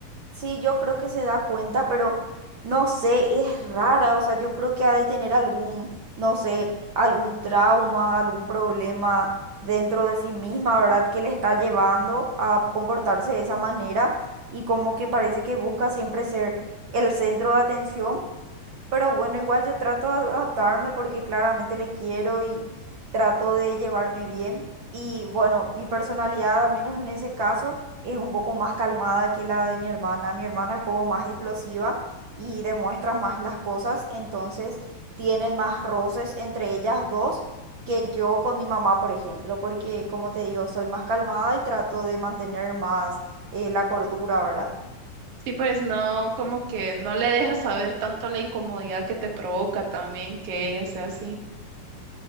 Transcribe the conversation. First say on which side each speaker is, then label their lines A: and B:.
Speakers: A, on the right; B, on the right.
A: Sí, yo creo que se da cuenta, pero no sé, es rara, o sea, yo creo que ha de tener algún, no sé, algún trauma, algún problema dentro de sí misma, ¿verdad? Que le está llevando a comportarse de esa manera y como que parece que busca siempre ser el centro de atención, pero bueno, igual yo trato de adaptarme porque claramente le quiero y trato de llevarme bien. Y bueno, mi personalidad, al menos en ese caso, es un poco más calmada que la de mi hermana. Mi hermana es como más explosiva y demuestra más las cosas, entonces tienen más roces entre ellas dos que
B: Ujú.
A: yo con mi mamá, por ejemplo, porque como te digo, soy más calmada y trato de mantener más eh, la cordura, ¿verdad?
B: Sí, pues no, como que no le dejas saber tanto la incomodidad que te provoca también que ella sea así.